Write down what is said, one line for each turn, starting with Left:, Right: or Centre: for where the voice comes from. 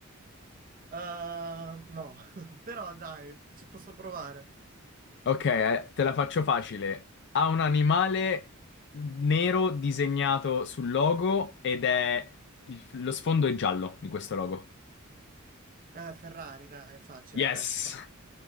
Right: Ehm, no, <laughs> però dai, ci posso provare.
Left: Ok, eh, te la faccio facile. Ha un animale nero disegnato sul logo ed è il- lo sfondo è giallo di questo logo.
Right: Eh, Ferrari, dai, è facile
Left: Yes!
Right: questa.